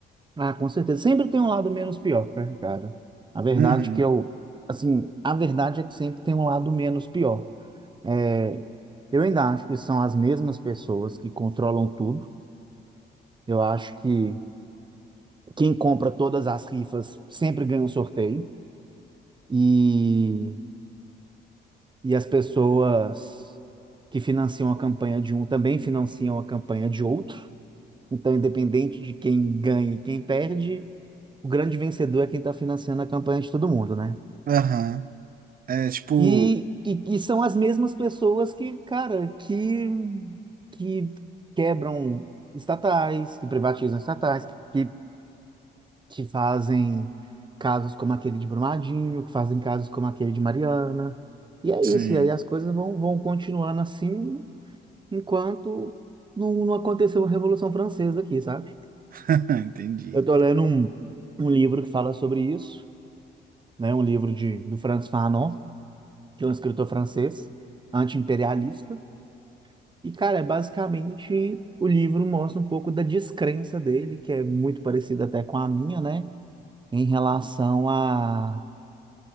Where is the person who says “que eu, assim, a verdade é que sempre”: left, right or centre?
Right